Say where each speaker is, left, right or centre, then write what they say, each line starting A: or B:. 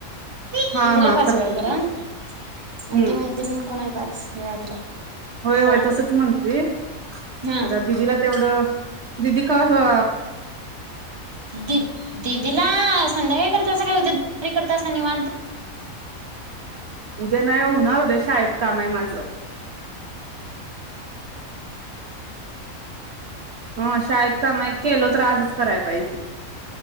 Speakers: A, on the right; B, on the right.
A: हा
B: दीदीला
A: हा
B: पाच
A: करतो
B: वेळा
A: की
B: करा आणि
A: हम्म
B: ती मैत्रीण कोण आहे पाच वेळा तिला
A: होय होय
B: करा
A: तसच म्हणतेय
B: हा
A: आता दिदीला तेवढं दिदी का हा
B: दी दी तिला संध्याकाळी करतसा काय उद्या दुपारी करतसा निवांत
A: उद्या नाही वो होणार उद्या शाळेत काम आहे माझं. हो शाळेत काम आहे केल तर आजच करायला पाहिजे